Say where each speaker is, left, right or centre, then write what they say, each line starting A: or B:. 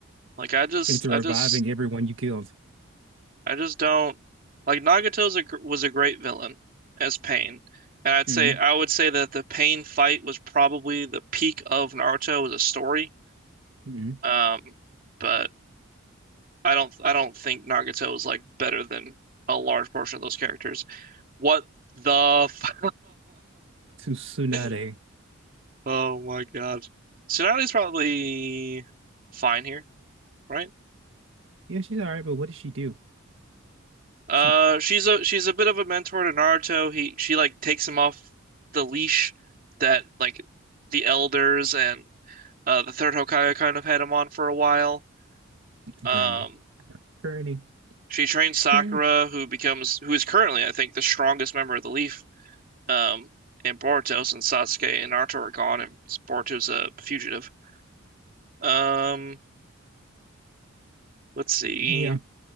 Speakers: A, on the right (about 45°); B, on the right (about 65°).
A: like I just
B: into
A: I
B: reviving
A: just
B: everyone you killed.
A: I just don't like Nagato's a, gr- was a great villain as Pain, and I'd
B: hmm
A: say I would say that the Pain fight was probably the peak of Naruto as a story.
B: hmm
A: Um, but I don't I don't think Nagato is like better than a large portion of those characters. What the f-
B: To Tsunade.
A: <laughs> Oh my God. So Sonali's probably fine here, right?
B: Yeah, she's all right, but what does she do?
A: Uh
B: She
A: she's a she's a bit of a mentor to Naruto. He she like takes him off the leash that like the elders and uh the third Hokage kind of had him on for a while. Um
B: Granny. Granny.
A: she trains Sakura
B: Granny.
A: who becomes who is currently I think the strongest member of the Leaf. Um and Boruto since Sasuke and Naruto are gone and Boruto's a fugitive. Um, let's see.
B: Yeah.